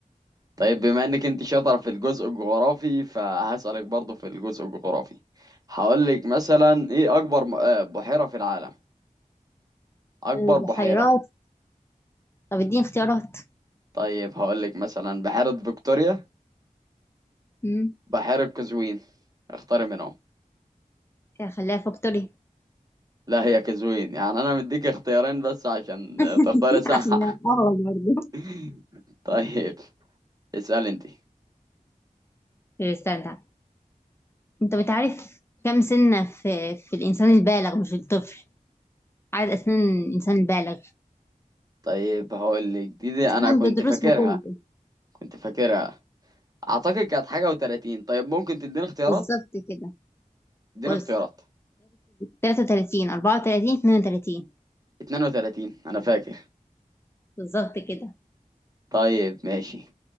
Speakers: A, on the right (about 25°); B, on the left (about 20°).
A: طيب بما انك انت شاطره في الجزء الجغرافي فهسألك برضو في الجزء الجغرافي هقول لك مثلا ايه اكبر م- آه، بحيرة في العالم اكبر
B: البحيرات
A: بحيرة
B: طب اديني اختيارات
A: طيب هقول لك مثلا بحيرة فيكتوريا
B: امم
A: بحيرة قزوين اختاري منهم
B: خليها فاكتوري
A: لا هي قزوين يعني انا مديك اختيارين بس عشان
B: <laughs>
A: تختاري صح
B: عشان اغلط برضه
A: <laughs> طيب اسأل انت
B: طب استنى انت بتعرف كم سنة في في الإنسان البالغ مش الطفل عدد أسنان الإنسان البالغ
A: طيب هقول لك دي, دي
B: أسنان
A: انا كنت
B: بدروس
A: فاكرها
B: بكله
A: كنت فاكرها اعتقد كانت حاجة و30 طيب ممكن تديني اختيارات
B: بالظبط كده
A: اديني
B: بص
A: اختيارات
B: تلاتة وتلاتين أربعة وتلاتين اتنين وتلاتين
A: 32 انا فاكر
B: بالظبط كده
A: طيب ماشي